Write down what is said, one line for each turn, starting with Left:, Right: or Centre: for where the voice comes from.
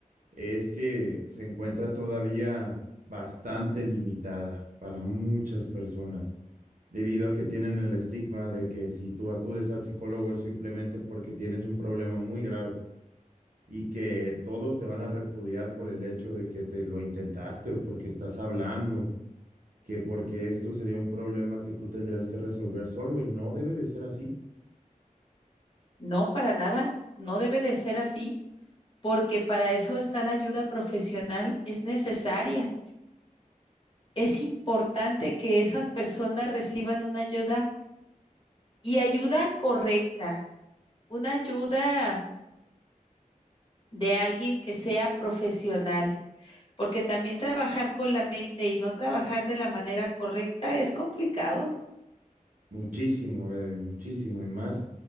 Right: es que se encuentra todavía bastante limitada para muchas personas, debido a que tienen el estigma de que si tú acudes al psicólogo es simplemente porque tienes un problema muy grave y que todos te van a repudiar por el hecho de que te lo intentaste o porque estás hablando que porque esto sería un problema que tú tendrías que resolver solo y no debe de ser así.
Left: No, para nada, no debe de ser así, porque para eso está la ayuda profesional, es necesaria. Es importante que esas personas reciban una ayuda y ayuda correcta, una ayuda de alguien que sea profesional, porque también trabajar con la mente y no trabajar de la manera correcta es complicado.
Right: Muchísimo, Gaby, muchísimo y más